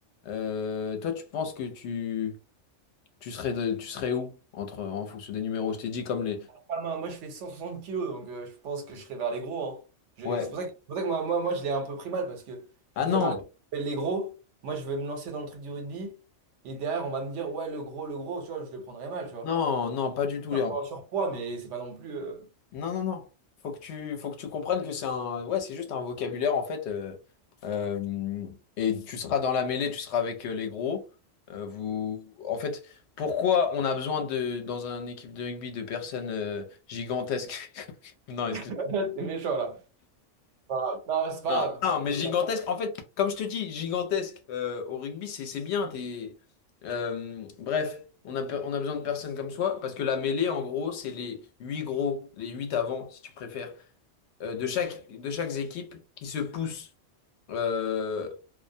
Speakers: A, on the left; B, on the right.
A: euh, toi, tu penses que tu, tu serais, de- tu serais où entre, en fonction des numéros? Je t'ai dit comme les.
B: Ah, moi, moi, je fais 160 kilos, donc euh, je pense que je serai vers les gros. hein. Je-
A: Ouais.
B: C'est pour ça que, c'est pour ça que moi, moi, moi, je l'ai un peu pris mal parce que je
A: Ah
B: me
A: non,
B: dis, attends, les gros, moi, je vais me lancer dans le truc du rugby et derrière, on va me dire, ouais, le gros, le gros, tu vois, je le prendrai mal, tu vois.
A: non, non, pas du tout,
B: Je
A: les
B: suis un peu en surpoids, mais c'est pas non plus. euh,
A: Non, non, non. Faut que tu, faut que tu comprennes que c'est un, ouais, c'est juste un vocabulaire en fait. euh, euh, et tu seras dans la mêlée, tu seras avec euh, les gros. euh, vous, en fait, pourquoi on a besoin de, dans une équipe de rugby, de personnes euh, gigantesques? <laughs> Non, excuse.
B: <laughs> C'est méchant, là. C'est pas grave. Non, c'est pas
A: Non,
B: grave.
A: non,
B: vous
A: mais gigantesques.
B: pas.
A: En fait, comme je te dis, gigantesques euh, au rugby, c'est, c'est bien. T'es, euh, bref, on a, pe- on a besoin de personnes comme soi parce que la mêlée, en gros, c'est les huit gros, les huit avant, si tu préfères. euh, de chaque, de chaque équipe qui se pousse. Euh,